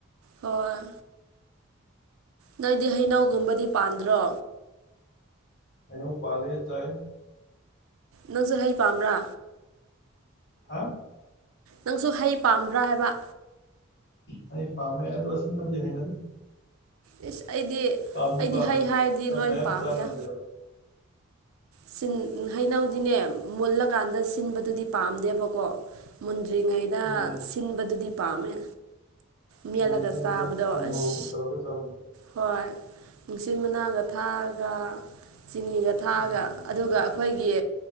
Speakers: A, on the right (about 80°); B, on the left (about 50°).
A: ꯍꯣꯏ ꯅꯣꯏꯗꯤ ꯍꯩꯅꯧꯒꯨꯝꯕꯗꯤ ꯄꯥꯟꯗ꯭ꯔꯣ
B: ꯍꯩꯅꯧ ꯄꯥꯜꯂꯦ ꯆꯥꯏ
A: ꯅꯪꯁꯨ ꯍꯩ ꯄꯥꯝꯕ꯭ꯔꯥ
B: ꯍꯥ
A: ꯅꯪꯁꯨ ꯍꯩ ꯄꯥꯝꯕ꯭ꯔꯥ ꯍꯥꯏꯕ
B: ꯍꯩ ꯄꯥꯝꯃꯦ ꯑꯗꯣ ꯑꯁꯤꯟꯕꯗꯤ ꯍꯩꯅꯗꯦ
A: ꯏꯁ ꯑꯩꯗꯤ
B: ꯄꯥꯝꯗꯤ
A: ꯑꯩꯗꯤ
B: ꯄꯥꯝꯃꯦ
A: ꯍꯩ
B: ꯑꯗꯨ
A: ꯍꯥꯏꯔꯗꯤ
B: ꯑ
A: ꯂꯣꯏ
B: ꯃꯌꯥꯝ
A: ꯄꯥꯝꯃꯤꯗ
B: ꯆꯥꯡ ꯉꯝꯗꯦꯕ
A: ꯁꯤꯟ ꯍꯩꯅꯧꯗꯤꯅꯦ ꯃꯨꯜꯂꯀꯥꯟꯗ ꯁꯤꯟꯕꯗꯨꯗꯤ ꯄꯥꯝꯗꯦꯕꯀꯣ ꯃꯨꯟꯗ꯭ꯔꯤꯉꯩꯗ
B: ꯎꯝ
A: ꯁꯤꯟꯕꯗꯨꯗꯤ ꯄꯥꯝꯃꯦ ꯃꯦꯜꯂꯒ
B: ꯎꯝ ꯁꯤꯜꯂꯒ
A: ꯆꯥꯕꯗꯣ
B: ꯊꯨꯝ
A: ꯑꯁ
B: ꯃꯣꯔꯣꯛꯀ ꯇꯧꯔꯒ ꯆꯥꯕꯗꯣ
A: ꯍꯣꯏ ꯅꯨꯡꯆꯤꯠ ꯃꯅꯥꯒ ꯊꯥꯛꯑꯒ ꯆꯤꯅꯤꯒ ꯊꯥꯛꯑꯒ
B: ꯎꯝ
A: ꯑꯗꯨꯒ ꯈꯣꯏꯒꯤ